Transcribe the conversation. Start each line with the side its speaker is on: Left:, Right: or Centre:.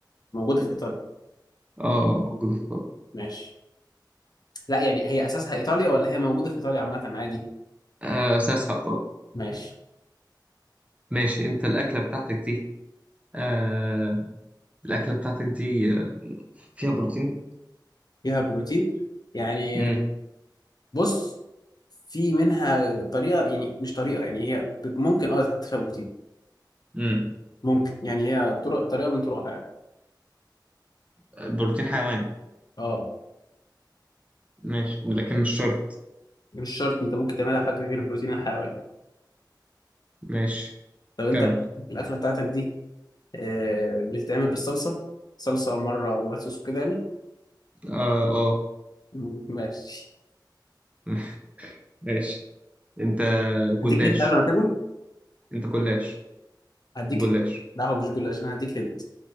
Left: موجوده في ايطاليا
Right: اه موجوده في ايطاليا
Left: ماشي لا يعني هي اساسها ايطاليا ولا هي موجوده في ايطاليا عامه عادي
Right: آه اساسها ايطاليا
Left: ماشي
Right: ماشي انت الاكله بتاعتك دي آه الأكلة بتاعتك دي آه، فيها بروتين
Left: فيها بروتين يعني
Right: مم.
Left: بص في منها طريقه يعني مش طريقه يعني هي ممكن اه تحط فيها بروتين
Right: مم.
Left: ممكن يعني هي طرق طريقه من طرقها يعني
Right: بروتين حيواني
Left: اه
Right: ماشي لكن مش شرط
Left: مش شرط انت ممكن تعملها حاجه غير البروتين الحيواني
Right: ماشي
Left: طب انت
Right: كمل
Left: الاكله بتاعتك دي آه بتتعمل بالصلصه صلصه مره وصوص وكده يعني
Right: اه اه
Left: مم، ماشي
Right: <laughs> ماشي انت
Left: هديك
Right: جلاش
Left: هنت قبل ما تاكل
Right: انت جلاش
Left: هديك
Right: جلاش
Left: هنت لا هو مش جلاش انا هديك هنت